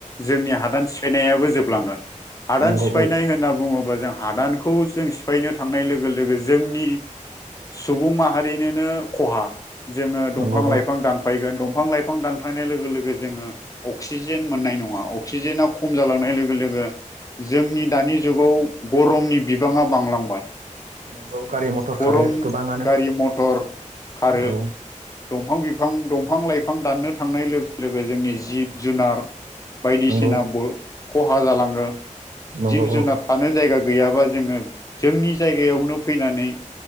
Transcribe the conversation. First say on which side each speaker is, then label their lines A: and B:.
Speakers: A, on the left (about 25°); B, on the right (about 75°).
A: जोंनि हादान सिफायनायाबो जोबलांगोन। हादान
B: नंगौ
A: सिफायनाय
B: औ
A: होनना बुङोबा जों हादानखौ जों सिफायनो थाखाय। थांनाय लोगो लोगो जोंनि सुबुं माहारिनोनो खहा जोङो दंफां
B: नंगौ
A: लाइफां
B: औ
A: दानफायगोन दंफां लाइफां दानफैनाय लोगो लोगो जोङो अक्सिजेन मोननाय नङा अक्सिजेना खम जालांनाय लोगो लोगो जोंनि दानि जुगाव गरमनि बिबाङा बांलांबाय
B: नंगौ गारि मथर
A: गरम
B: खारो गोबाङानो
A: गारि मटर खारो
B: औ
A: दंफां बिफां दंफां लाइफां दाननो थांनाय लोगो लोगो जोंनि जिब जुनार बायदिसिना
B: नंगौ
A: खहा जालाङो।
B: नंगौ
A: जिब जुनार
B: औ
A: थानो जायगा गैयाबा जोङो जोंनि जायगायावनो फैनानै